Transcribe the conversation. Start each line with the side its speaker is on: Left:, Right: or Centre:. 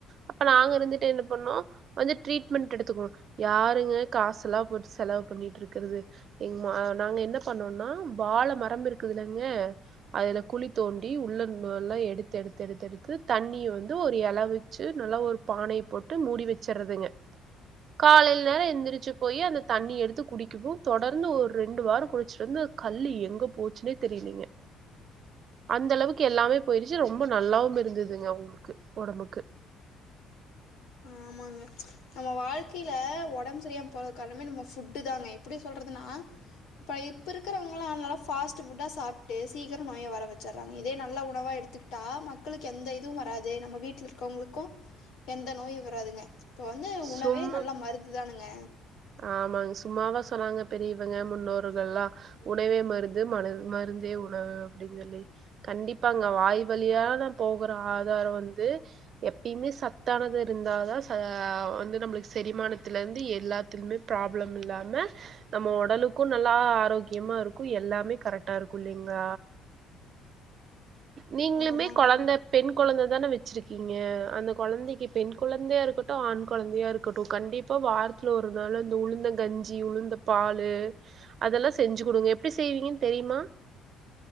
Right: அப்ப நாங்க இருந்து என்ன பண்ணம் வந்து ட்ரீட்மெண்ட் எடுத்துக்கணும் யாருங்க காசு எல்லாம் போ செலவு பண்ணிட்டு இருக்கிறது எங்க நாங்க என்ன பண்ணோம்னா வாழை மரம் இருக்குதுலங்க அதுல குழி தோண்டி உள்ள எல்லாம் எடுத்து எடுத்து எடுத்து எடுத்து தண்ணிய வந்து ஒரு இலவிச்சு நல்லா ஒரு பானைய போட்டு மூடி வச்சறதுங்க காலைல எழுந்திரிச்சு போய் அந்த தண்ணி எடுத்து குடிக்குவோ தொடர்ந்து ஒரு ரெண்டு வாரம் குடிச்சிட்டு வந்து அந்த கல் எங்க போச்சுன்னே தெரியலீங்க அந்த அளவுக்கு எல்லாமே போயிருச்சு ரொம்ப நல்லாவும் இருந்ததுங்க ஒடம்புக்கு
Left: ஆமாங்க. நம்ம வாழ்க்கையில ஒடம்பு செரியாம போற காரமே நபட்டு தாங்க எப்படி சொல்றதுனா இ இப்ப இருக்கிறவங்கால்ா சாப்பிட்டு சீக்கரோ நோய வர வச்சடுறாங்க இதே நல்ல உணவா எடுத்துக்கிட்டா மக்களுக்கு எந்த இதுவும் வராது நம்ம வீட்டுல இருக்கவங்களுக்கூ எந்த நோய வ துங்க இப்ப வந்து உணவே
Right: சும்மா
Left: நல்ல மருந்துதானுங்க
Right: ஆமாங்க சும்மாவா சொன்னாங்க பெரிய இவங்க முன்னோர்கள்லா உணவே மருந் ம மருந்தே உணவு அப்படின்னு சொல்லி கண்டிப்பா அங்க வாய் வழியா நான் போகற ஆதாரம் வந்து எப்பயுமே சத்தானது இருந்தாதான் வந்து நம்மளுக்கு செரிமானத்துல இருந்து எல்லா ப்ராப்ளம் இல்லாம நம்ம ஒடலுக்கும் நல்லா ஆரோக்கியமா இருக்கும் எல்லாமே கரெக்டா இருக்கும் இல்லலைங்ள நீங்களுமே
Left: ஆமாங்க
Right: கொழந்த
Left: ஆமா.
Right: பெண் கொழந்த தானே வச்சிருக்கீங்க அந்த கொழந்தைக்கு பெண் கொழந்தையா இருக்கட்டும் ஆண் கொழந்தையா இருக்கட்டும் கண்டிப்பா வாரத்துல ஒரு நாாள அந்த உளுந்த கஞ்சி உளுந்த பால அதெல்லாம் செஞ்சு கொடுங்க எப்படி செய்வீங்கன்னு தெரியுமா